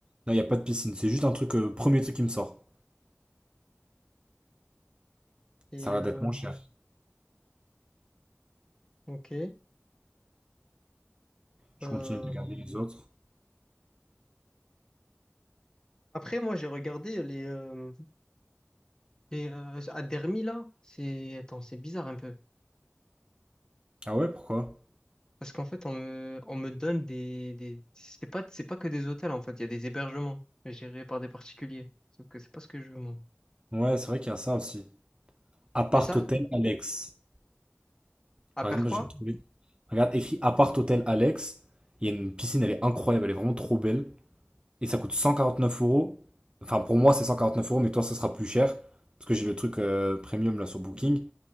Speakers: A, on the right; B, on the left.
A: Non, il n'y a pas de piscine, c'est juste un truc, euh, premier truc qui me sort.
B: Et.
A: Ça a
B: euh,
A: l'air d'être moins cher.
B: Ok.
A: Je
B: Euh,
A: continue de regarder les autres.
B: Après, moi, j'ai regardé les. euh, Et euh, à Dermi, là, c'est... Attends, c'est bizarre un peu.
A: Ah ouais, pourquoi?
B: Parce qu'en fait, on me, on me donne des... des... C'est pas... c'est pas que des hôtels, en fait. Il y a des hébergements gérés par des particuliers. Sauf que c'est pas ce que je veux, moi.
A: Ouais, c'est vrai qu'il y a ça aussi. Appart
B: Mais ça,
A: hôtel Alex.
B: à
A: Par
B: quoi
A: exemple, j'ai trouvé. Regarde, écrit appart hôtel Alex. Il y a une piscine, elle est incroyable, elle est vraiment trop belle. Et ça coûte 149 euros. Enfin, pour moi, c'est 149 euros, mais toi, ça sera plus cher. Parce que j'ai le truc euh, premium là sur Booking.